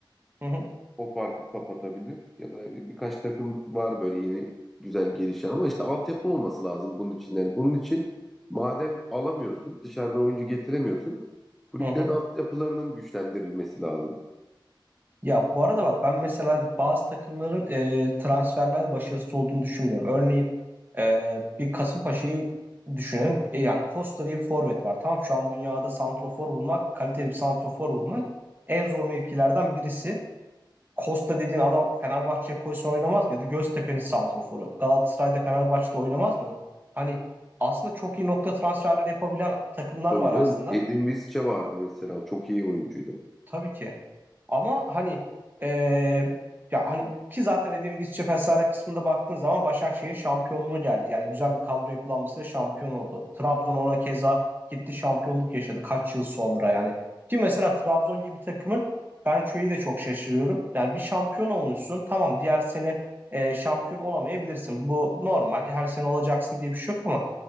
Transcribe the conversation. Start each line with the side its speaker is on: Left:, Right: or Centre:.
Right: Hı hı,
Centre: o farkı kapatabilir. Ya da birkaç takım var böyle yeni güzel gelişen ama işte altyapı olması lazım bunun için. Yani bunun için madem alamıyorsun, dışarıdan oyuncu getiremiyorsun, kulüplerin
Right: hı hı.
Centre: altyapılarının güçlendirilmesi lazım.
Right: Ya bu arada bak ben mesela bazı takımların e, transferlerde başarısız olduğunu düşünmüyorum. Örneğin e, bir Kasımpaşa'yı düşünelim. E, yani Costa diye bir forvet var. Tamam şu an dünyada santrofor bulmak, kaliteli bir santrofor bulmak en zor mevkilerden birisi. Costa dediğin adam Fenerbahçe'ye koysa oynamaz mı? Ya da Göztepe'nin santroforu. Galatasaray'da Fenerbahçe'de oynamaz mı? Hani aslında çok iyi nokta transferleri yapabilen takımlar
Centre: Tabii
Right: var
Centre: canım.
Right: aslında.
Centre: Edin Visca vardı mesela. Çok iyi oyuncuydu.
Right: Tabii ki. Ama hani eee, ya hani ki zaten dediğim İsviçre Fesare kısmında baktığın zaman Başakşehir'in şampiyonluğu geldi. Yani güzel bir kadro yapılanmasıyla şampiyon oldu. Trabzon ona keza gitti şampiyonluk yaşadı kaç yıl sonra yani. Ki mesela Trabzon gibi takımın ben şöyle de çok şaşırıyorum. Yani bir şampiyon olmuşsun tamam diğer sene eee, şampiyon olamayabilirsin. Bu normal her sene olacaksın diye bir şey yok ama